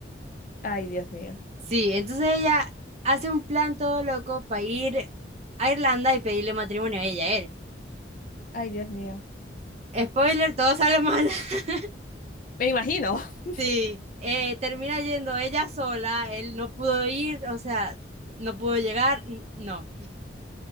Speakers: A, on the left; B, on the right.
A: Ay, Dios mío.
B: Sí, entonces ella hace un plan todo loco para ir a Irlanda y pedirle matrimonio a ella, a él.
A: Ay, Dios mío.
B: Spoiler, todo sale mal. <laughs>
A: Me imagino. <laughs>
B: Sí, eh, termina yendo ella sola, él no pudo ir, o sea, no pudo llegar, n- no.